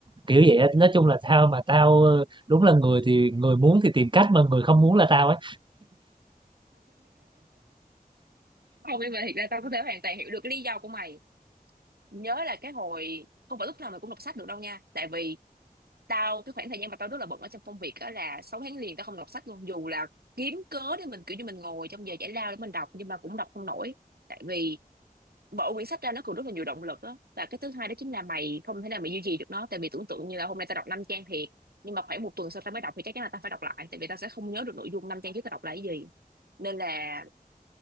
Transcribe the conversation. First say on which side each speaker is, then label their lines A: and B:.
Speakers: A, on the right; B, on the right.
A: kiểu vậy á nói chung là tao mà tao ờ, đúng là người thì người muốn thì tìm cách mà người không muốn là tao ấy
B: không nhưng mà thiệt ra tao có thể hoàn toàn hiểu được cái lý do của mày nhớ là cái hồi không phải lúc nào mày cũng đọc sách được đâu nha tại vì tao cái khoảng thời gian mà tao rất là bận ở trong công việc đó là 6 tháng liền tao không đọc sách luôn dù là kiếm cớ để mình kiểu như mình ngồi trong giờ giải lao để mình đọc nhưng mà cũng đọc không nổi tại vì mở quyển sách ra nó còn rất là nhiều động lực đó và cái thứ hai đó chính là mày không thể nào mày duy trì được nó tại vì tưởng tượng như là hôm nay tao đọc 5 trang thiệt nhưng mà khoảng một tuần sau tao mới đọc thì chắc chắn là tao phải đọc lại tại vì tao sẽ không nhớ được nội dung 5 trang trước tao đọc là cái gì nên là